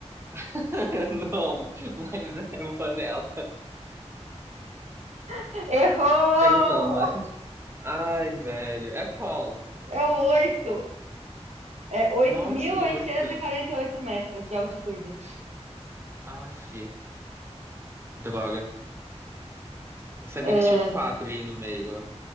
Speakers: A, on the right (about 20°); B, on the right (about 80°).
A: <laughs> Não, mas é Vanella.
B: <laughs> Errou!
A: Tenho não, mas. Ai, velho. É qual
B: É o 8. É oito
A: Nossa,
B: mil oitocentos
A: o oito.
B: e e quarenta e oito metros de altitude.
A: Aff, droga. Eu sabia
B: É,
A: que tinha um quatro aí no meio, ó.